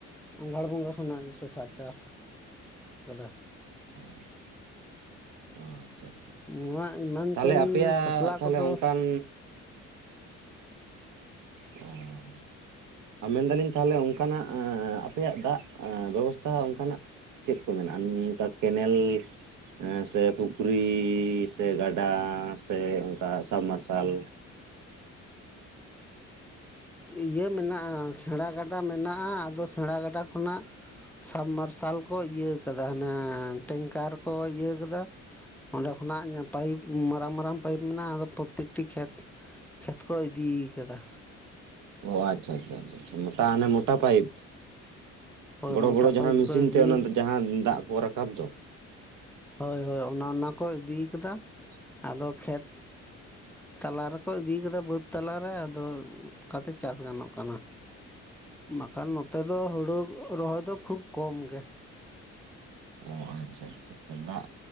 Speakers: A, in the centre; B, on the right.
A: ᱟᱸᱜᱷᱟᱬ ᱵᱚᱸᱜᱟ ᱠᱷᱚᱱᱟᱜ ᱜᱮ <unintelligible> ᱪᱟᱥ ᱠᱟᱫᱟ᱾
B: <unintelligible> ᱚ ᱟᱪᱪᱷᱟ ᱟᱪᱪᱷᱟ᱾
A: ᱱᱚᱣᱟ ᱮᱢᱟᱱ
B: ᱛᱟᱦᱞᱮ
A: ᱛᱮᱱ
B: ᱟᱯᱮᱭᱟᱜ
A: ᱠᱷᱚᱥᱞᱟ
B: ᱛᱟᱦᱞᱮ
A: ᱠᱚᱫᱚ
B: ᱚᱝᱠᱟᱱ ᱚᱸᱻ ᱟ ᱢᱮᱱᱫᱟᱞᱤᱧ ᱛᱟᱦᱚᱞᱮ ᱚᱱᱠᱟᱱᱟᱜ ᱟᱯᱮᱭᱟᱜ ᱫᱟᱜ ᱵᱮᱵᱚᱥᱛᱟ ᱚᱱᱠᱟᱱᱟᱜ ᱪᱮᱫ ᱠᱚ ᱢᱮᱱᱟᱜ-ᱟ ᱚᱱᱠᱟ ᱠᱮᱱᱮᱞ? ᱦᱮᱸ ᱥᱮ ᱯᱩᱠᱷᱨᱤ ᱥᱮ ᱜᱟᱰᱟ ᱥᱮ ᱚᱱᱠᱟ ᱥᱟᱢᱟᱨᱥᱟᱞ?
A: ᱤᱭᱟᱹ ᱢᱮᱱᱟᱜᱼᱟ, ᱥᱮᱬᱟ ᱜᱟᱰᱟ ᱢᱮᱱᱟᱜᱼᱟ ᱟᱫᱚ ᱥᱮᱬᱟ ᱜᱟᱰᱟ ᱠᱷᱚᱱᱟᱜ ᱥᱟᱵᱽᱢᱟᱨᱥᱟᱞ ᱠᱚ ᱤᱭᱟᱹ ᱠᱟᱫᱟ ᱦᱟᱱᱮ ᱴᱮᱝᱠᱟᱨ ᱠᱚ ᱤᱭᱟᱹ ᱠᱟᱫᱟ᱾ ᱚᱸᱰᱮ ᱠᱷᱚᱱᱟᱜ ᱯᱟᱭᱤᱯ ᱢᱟᱨᱟᱝ ᱢᱟᱨᱟᱝ ᱯᱟᱭᱤᱯ ᱢᱮᱱᱟᱜᱼᱟ ᱟᱫᱚ ᱯᱨᱚᱛᱮᱠᱴᱤ ᱠᱷᱮᱛ ᱠᱷᱮᱛ ᱠᱚ ᱤᱫᱤ ᱠᱟᱫᱟ᱾
B: ᱚ ᱟᱪᱪᱷᱟ ᱟᱪᱪᱷᱟ ᱟᱪᱪᱷᱟ ᱢᱚᱴᱟ ᱦᱟᱱᱮ ᱢᱚᱴᱟ ᱯᱟᱭᱤᱯ᱾
A: ᱦᱳᱭ
B: ᱵᱚᱲᱚ
A: ᱢᱚᱴᱟ
B: ᱵᱚᱲᱚ ᱡᱟᱦᱟᱸ
A: ᱯᱟᱭᱤᱯ
B: ᱢᱤᱥᱤᱱ
A: ᱠᱚ ᱤᱫᱤ
B: ᱛᱮ ᱚᱱᱟ ᱡᱟᱦᱟᱸ ᱫᱟᱜ ᱠᱚ ᱨᱟᱠᱟᱵ ᱫᱚ᱾
A: ᱦᱳᱭ ᱦᱳᱭ ᱚᱱᱟ ᱚᱱᱟ ᱠᱚ ᱤᱫᱤ ᱠᱟᱫᱟ ᱟᱫᱚ ᱠᱷᱮᱛ ᱛᱟᱞᱟ ᱨᱮᱠᱚ ᱤᱫᱤ ᱠᱟᱫᱟ ᱵᱟᱹᱫᱽ ᱛᱟᱞᱟᱨᱮ ᱟᱫᱚ ᱚᱱᱠᱟᱛᱮ ᱪᱟᱥ ᱜᱟᱱᱚᱜ ᱠᱟᱱᱟ, ᱵᱟᱠᱷᱟᱱ ᱱᱚᱛᱮ ᱫᱚ ᱦᱩᱲᱩ ᱨᱚᱦᱚᱭ ᱫᱚ ᱠᱷᱩᱵ ᱠᱚᱢ ᱜᱮ᱾
B: ᱚᱻ ᱟᱪᱪᱷᱟ ᱟᱪᱪᱷᱟ ᱟᱪᱪᱷᱟ ᱫᱟᱜ